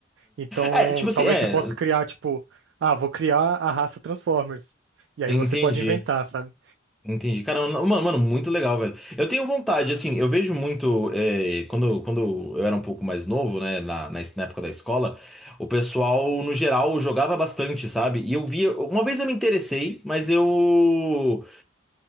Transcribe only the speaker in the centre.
É, tipo assim,
é,
entendi.
Entendi. Cara, mano, mano, muito legal, velho. Eu tenho vontade, assim, eu vejo muito. eh, quando, quando eu era um pouco mais novo, né, na, na, na época da escola, o pessoal, no geral, jogava bastante, sabe? E eu via. Uma vez eu me interessei, mas eu.